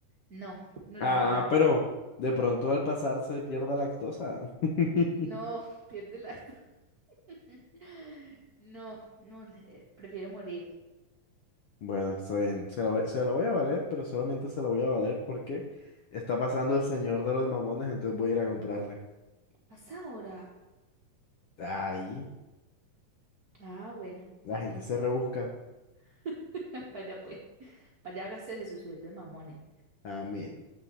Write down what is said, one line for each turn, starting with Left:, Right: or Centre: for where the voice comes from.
Right: No, no,
Left: Ah,
Right: la verdad,
Left: pero de pronto al pasar se pierda lactosa. <laughs>
Right: no, <laughs> pierde la... <laughs> No, no, eh, prefiero morir.
Left: Bueno, está bien. Se la voy, se la voy a valer, pero solamente se la voy a valer porque está pasando el señor de los mamones, entonces voy a ir a comprarle.
Right: ¿Hasta ahora?
Left: Ahí,
Right: Ah, bueno,
Left: la
Right: hágale
Left: gente se
Right: pues.
Left: rebusca.
Right: <laughs> Vaya pues, vaya, gástese su sueldo de mamones.
Left: Amén.